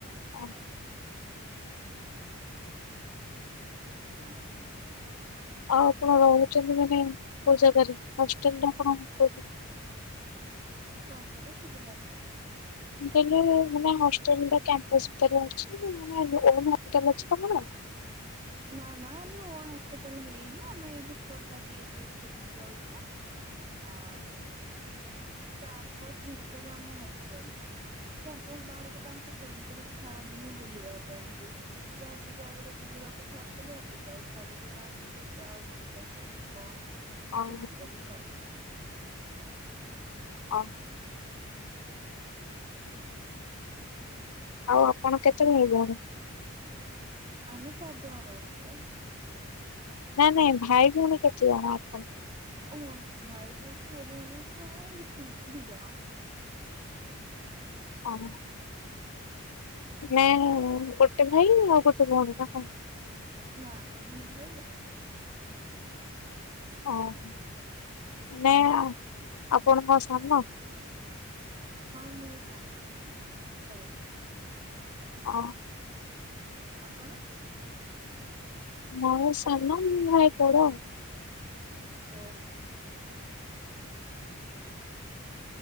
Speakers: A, on the left; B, on the right.
A: ହଁ।
B: ଆଉ
A: ଆଉ ଆପଣ ରହୁଛନ୍ତି ମାନେ କୋଉ ଜାଗାରେ ହଷ୍ଟେଲ ନା କଣ କୋଉଠି?
B: କଣ କହିଲେ ଶୁଭିଲାନି?
A: ମୁଁ କହିଲି ମାନେ ହଷ୍ଟେଲର କ୍ୟାମ୍ପସ୍ ଭିତରେ ରହୁଛନ୍ତି ନା ଓନ୍ ହସ୍ପିଟାଲ୍ ଅଛି ତମର?
B: ନା ନା ଆମର ଓନ୍ ହସ୍ପିଟାଲ ହେଇନି ଆମେ ଏ ଯୋଉ ଖୋର୍ଦ୍ଧା ଡିଏଚ୍ଏଚ୍ ସେଇଠିକି ଯାଉଛୁ। ଆଉ, କ୍ୟାମ୍ପସ୍ ଭିତରେ ଆମ ହଷ୍ଟେଲ। କ୍ୟାମ୍ପସ୍ ବାହାରକୁ ତ ଆମକୁ ସେମିତିରେ ବି ଛାଡନ୍ତିନି ବୁଲିବା ପାଇଁ କି। ଯାହା ଟିକେ ଆଗରୁ ବୁଲିବାକୁ ଛାଡୁଥିଲେ ଅବିକା ଆଉ ଛାଡୁ ବିି ନାହାନ୍ତି କି ଯାଅ ବୁଲିକି ଆସ କିି କଣ
A: ଓହୋ
B: ସେତିକ ବି ଛାଡ଼
A: ଓ।
B: ଛାଡୁନାହାନ୍ତି।
A: ଆଉ ଆପଣ କେତେଟା ଭାଇ ଭଉଣୀ।
B: ଆମେ ଚାରି ଜଣ ରହୁଛୁ ବା।
A: ନା ନାଇଁ ଭାଇ ଭଉଣୀ କେତେ ଜଣ ଆପଣ।
B: ଓହୋ ଭାଇ ଭଉଣୀ ଭାଇ ଭଉଣୀ ହଁ ଦିତିି ଦି ଜଣ।
A: ଓହୋ,
B: ହଁ
A: ନାଇ ଗୋଟେ ଭାଇ ଆଉ ଗୋଟେ ଭଉଣୀ ନା କଣ?
B: ନା ନା ଦି ଭାଇ ଗୋଟେ ଭଉଣୀ।
A: ଓହୋ ମନେ
B: ହଁ।
A: ଆପଣ କଁ ସାନ?
B: ହଁ ମୁଁ ସାନ ସମସ୍ତଙ୍କ ସବୁଠୁ।
A: ଓ।
B: ଆପଣ?
A: ହଁ ସାନ ମୁଁ ଭାଇ ବଡ଼ ଆଉ।
B: ଓହୋ। <inaudible>